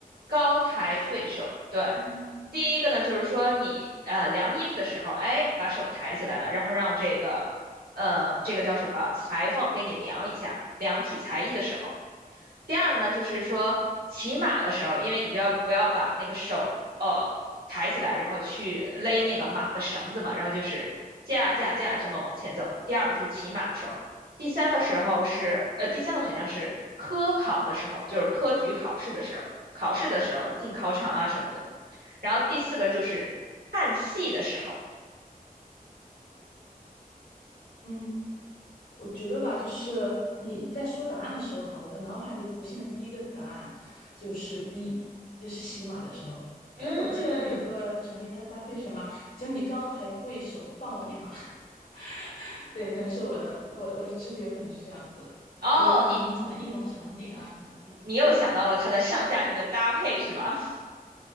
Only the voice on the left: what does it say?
一首，
嗯
嗯。我觉得吧，就是你在说答案的时候哈，我的脑海里浮现的第一个答案就是 B，就是洗马的时候，因为我记得有个成语，
它搭配是什么？只你高抬贵手，放我一马。<laughs> 对，可能是我的，对我的我的直觉可能是这样子，
因为它平常的应用场景啊，
可能